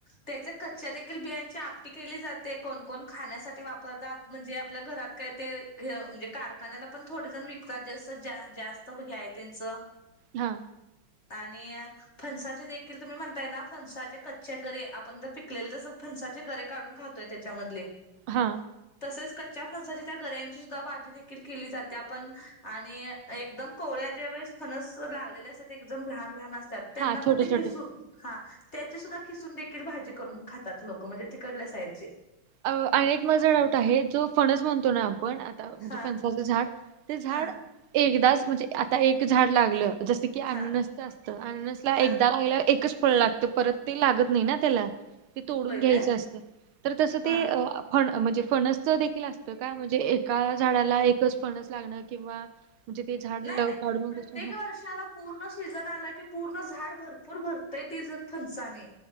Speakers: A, on the left; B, on the right.
A: त्याच्या कच्च्या देखील बियांची आमटी केली जाते कोणकण खाण्यासाठी वापरतात म्हणजे आपल्या घरात काय ते म्हणजे कारखान्याला पण थोडे जण विकतात ज जास्त हे आहे त्यांच,
B: हा
A: आणि फणसाचे देखील तुम्ही म्हण ताय ना फणसाचे कच्चे गरे आपण जर पिकलेले जस फणसाचे गरे काढून खातोय त्याच्यामधले
B: हा
A: तसेच कच्च्या फणसाची त्या गऱ्यांची सुद्धा भाजी देखील केली जाते आपण आणि एकदम कोवळ्या ज्या वेळेस फनस लागलेले असतात ते एकदम लहान लहान असतात त्यांना
B: हा छोटे
A: पण ते
B: छोटे
A: खिसू हा त्याची सुद्धा खिसून देखील भाजी करून खातात लोक म्हणजे तिकडल्या साईडचे.
B: अ एक माझा डाऊट आहे जो फणस म्हणतो ना आपण आता म्हणजे
A: हा
B: फसाच झाड ते झाड
A: हा
B: एकदाच म्हणजे आता एक झाड लागलं जस की की अननसच
A: हा
B: असतं अननसला एकदा
A: हा
B: लागल्यावर एकच फळ लागत परत ते लागत नाही ना त्याला, ते तोडून
A: होय
B: घ्यायचं
A: काय
B: असतं तर तस
A: हा
B: फण म्हणजे फणसच देखील असतं का? म्हणजे एका झाडाला एकच फणस लागणं किंवा म्हणजे ते झाड लाव
A: नाही नाही
B: काढून मग
A: प्रत्येक
B: तस
A: वर्षाला पूर्ण सीझन आला की पूर्ण झाड भरपूर भरतंय ती ज फणसाने.